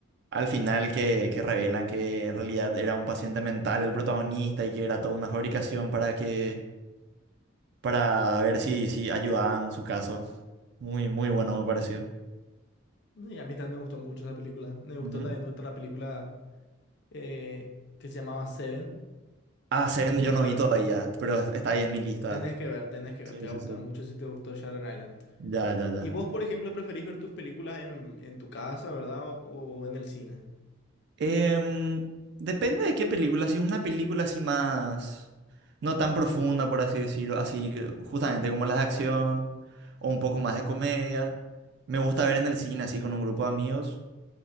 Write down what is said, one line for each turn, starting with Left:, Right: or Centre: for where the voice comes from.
Right: al final que, que revelan que en realidad era un paciente mental el protagonista y que era toda una fabricación para que, para ver si, si ayudaban su caso. Muy, muy bueno me pareció.
Left: Y a mí también me gustó mucho esa película. Me gustó
Right: Ujú.
Left: también otra película eh, que se llamaba Seven.
Right: Ah,
Left: No
Right: Seven
Left: sé si llegaste
Right: yo no vi
Left: a ver.
Right: todavía, pero está ahí en mi lista.
Left: Tenés que ver, tenés que
Right: Sí,
Left: ver, te va
Right: sí,
Left: a gustar
Right: sí.
Left: mucho si te gustó Shutter Island.
Right: Ya, ya, ya.
Left: ¿Y vos, por ejemplo, preferís ver tus películas en, en tu casa, ¿verdad? o o en el cine?
Right: Em, depende de qué película. Si es una película así más... No tan profunda, por así decirlo. Así, eh, justamente como las de acción. O un poco más de comedia. Me gusta ver en el cine así con un grupo de amigos.